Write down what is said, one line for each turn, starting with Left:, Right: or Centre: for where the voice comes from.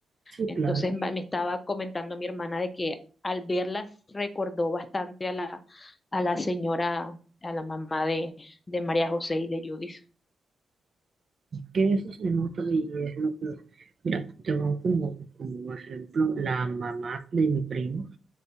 Right: Sí,
Left: Entonces
Right: claro,
Left: va- me estaba comentando mi hermana de que al verlas recordó bastante a la, a la señora, a la mamá de, de María José y de Judith.
Right: que eso se nota y es lo peor. Mira, te pongo como, como ejemplo la mamá de mi primo,